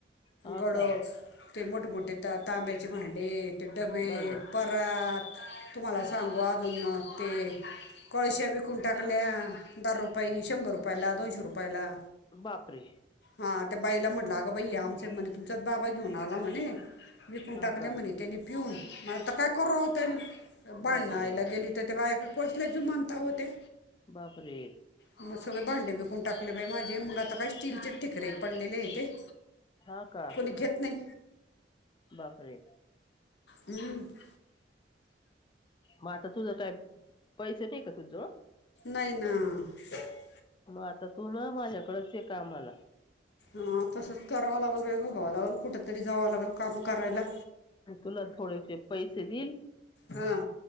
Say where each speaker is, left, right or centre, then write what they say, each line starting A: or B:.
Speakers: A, on the left (about 25°); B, on the left (about 70°).
A: हा
B: गडस
A: का
B: ते मोठे मोठे तांब्याचे भांडे ते डब्बे
A: बाई ग
B: पार परात तुम्हांला सांगू अजून मगं ते कळशयां बी विकून टाकल्यां दारू पाई शंभर रुपयांला दोनशे रुपयांला
A: बापरे
B: हां त्यां बाईला म्हटलं अगं बाई आमचें म्हणे तुमचांच बाबां घेऊन आला म्हणे विकून
A: हा
B: टाकल्यां
A: का
B: म्हणे त्यांनी पिऊन मगं आता कायं करावा तरी भाडण्याला
A: बापरे
B: गेली. तरं त्यां बायाकडे पोसल्या जु म्हणतां त्यां
A: बापरे
B: मग सगळें भांडे विकून टाकले बाई माझे मग आता काही स्टीलचे ठिकरे पडलेले आहे ते
A: हां कां
B: घेतं नाही.
A: बापरे
B: हम्मं <unintelligible>
A: मगं आता तुझं कायं पैसे नाही कां तुझ जवळ
B: नाहीं नां <unintelligible>
A: मग आता तू ना माझ्याकडच ये कामाला
B: हां तसंच करावं लागेल वेगळं बघावां लागेल कुठेतरी जावं लागेल कामं करायंला
A: मी तुला थोडेसे पैसे देईल.
B: हां